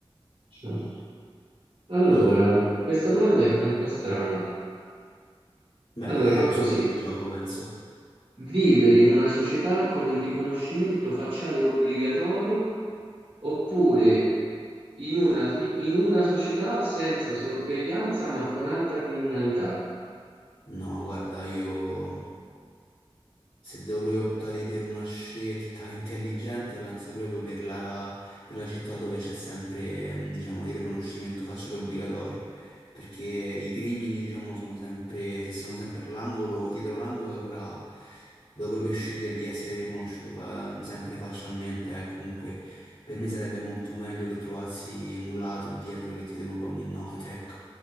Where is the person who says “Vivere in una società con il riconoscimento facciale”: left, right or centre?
Right